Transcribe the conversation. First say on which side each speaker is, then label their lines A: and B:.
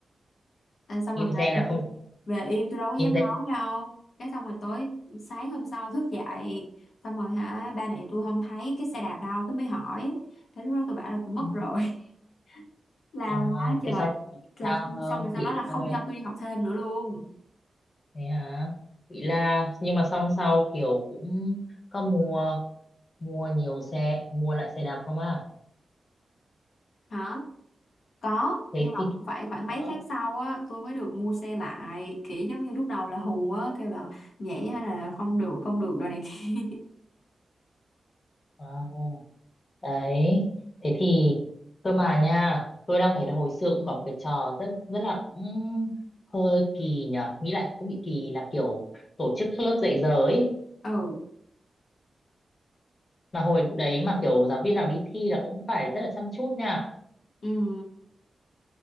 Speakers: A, on the left; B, on the left.
A: à, xong
B: im
A: rồi về
B: re
A: im
B: là không
A: về im tôi đâu có dám
B: im re
A: nói đâu cái xong rồi tối sáng hôm sau thức dậy xong rồi hả ba mẹ tôi không thấy cái xe đạp đâu tôi mới hỏi cái lúc đó tôi bảo là tôi mất
B: ừ.
A: rồi <laughs> la
B: à,
A: quá trời
B: thế xong bà bị
A: là
B: sao
A: không
B: không
A: xong rồi sau
B: bị
A: đó là không
B: la thôi
A: cho tôi đi học thêm nữa luôn
B: thế hả bị la nhưng mà xong sau kiểu cũng có mua mua nhiều xe mua lại xe đạp không à
A: hả có
B: thế
A: nhưng mà
B: thì
A: cũng phải khoảng mấy
B: đó
A: tháng sau á tôi mới được mua xe lại kiểu giống như lúc đầu là hù á kêu là nhảy hay là không được không được đồ này kia
B: À, đấy thế thì cơ mà nha tôi đang thấy là hồi xưa cũng có một cái trò rất rất là cũng hơi kỳ nhở nghĩ lại cũng bị kỳ là kiểu tổ chức các lớp dạy giờ ấy
A: <laughs> ừ
B: mà hồi đấy mà kiểu giáo viên nào đi thi là cũng phải rất là chăm chút nha
A: ừ